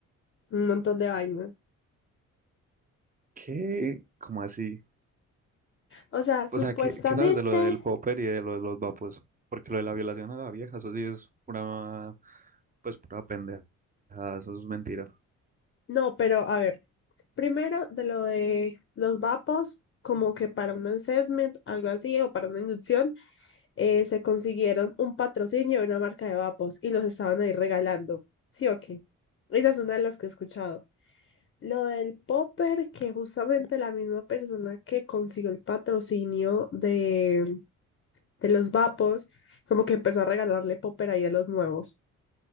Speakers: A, on the left (about 30°); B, on the right (about 20°).
A: un montón de vainas.
B: ¿Qué? ¿Cómo así?
A: O sea, supuestamente,
B: O sea, ¿qué, qué sabes de lo del popper y de lo de los vapos? Porque lo de la violación a la vieja, eso sí es pura, pues pura pendeja, eso es mentira.
A: no, pero a ver, primero de lo de los vapos, como que para un assessment, algo así, o para una inducción. eh, se consiguieron un patrocinio de una marca de vapos y los estaban ahí regalando. Sí, ok. Esa es una de las que he escuchado. Lo del popper, que justamente la misma persona que consiguió el patrocinio de, de los vapos, como que empezó a regalarle popper ahí a los nuevos.